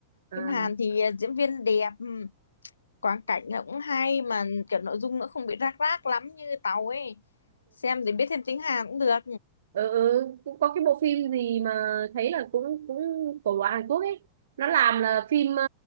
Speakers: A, on the right (about 60°); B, on the left (about 75°).
A: à
B: phim Hàn thì ờ, diễn viên đẹp ừ, quang cảnh nó cũng hay mà kiểu nội dung nó không bị rác rác lắm như Tàu ấy xem thì biết thêm tiếng Hàn cũng được
A: ừ, ừ. cũng có cái bộ phim gì mà thấy là cũng cũng của bọn Hàn Quốc ấy nó làm là phim ờ,